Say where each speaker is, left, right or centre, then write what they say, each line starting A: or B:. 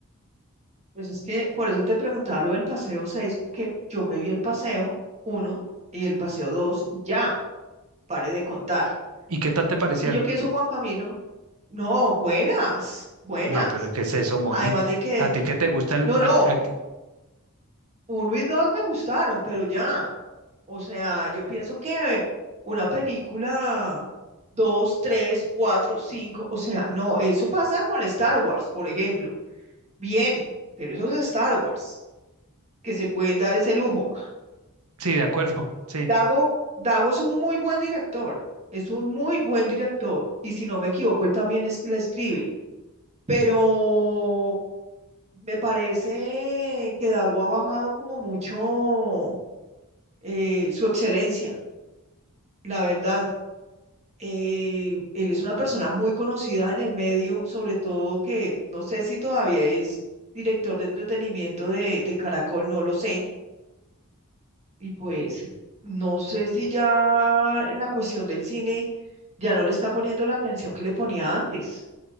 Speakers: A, on the right (about 30°); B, on the right (about 75°).
A: Pues es que por eso te preguntaba lo del paseo 6, que yo me vi el paseo uno y el paseo 2 ya, pare de contar.
B: ¿Y qué tal te parecieron?
A: Es que yo pienso, Juan Camilo, no, buenas, buenas.
B: No, pero ¿qué es eso, Moni?
A: Además de que,
B: ¿A ti que te gusta el...
A: no, no,
B: a- a-
A: Uno y dos me gustaron, pero ya. O sea, yo pienso que una película, dos, tres, cuatro, cinco, o sea, no, eso pasa con Star Wars, por ejemplo. Bien, pero eso es Star Wars, que se pueden dar ese lujo.
B: sí, de acuerdo, <laughs> sí.
A: Dago, Dago es un muy buen director, es un muy buen director, y si no me equivoco, él también es, la escribe, pero me parece que Dago ha bajado como mucho eh, su excelencia La verdad, eh, él es una persona muy conocida en el medio, sobre todo que no sé si todavía es director de entretenimiento de, de Caracol, no lo sé. Y pues no sé si ya en la cuestión del cine ya no le está poniendo la atención que le ponía antes,